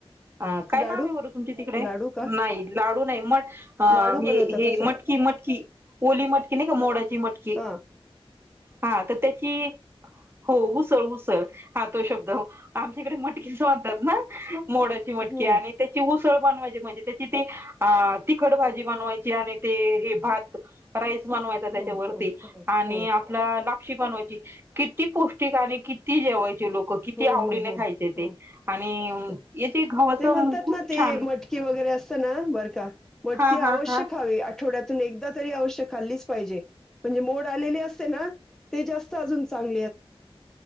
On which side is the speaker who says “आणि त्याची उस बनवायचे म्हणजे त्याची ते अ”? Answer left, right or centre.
Right